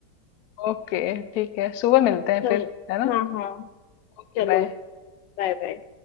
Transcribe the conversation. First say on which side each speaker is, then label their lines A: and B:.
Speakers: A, on the left; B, on the left.
A: ओके ठीक है सुबह मिलते हैं
B: चलो
A: फिर है ना
B: हाँ हाँ
A: Okay
B: चलो
A: bye
B: बाय बाय